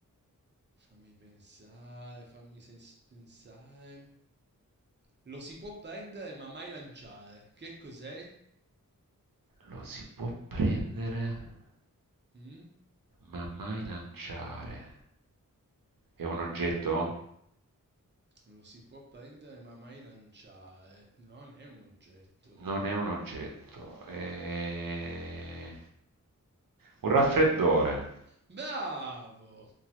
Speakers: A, on the right; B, on the right.
A: fammi pensare, fammi sens- pensare. Lo si può prendere ma mai lanciare. Che cos'è?
B: Lo si può prendere,
A: Mm?
B: ma mai lanciare. È un oggetto?
A: Lo si può prendere ma mai lanciare. Non è un oggetto.
B: Non è un oggetto, è un raffreddore.
A: Bravo,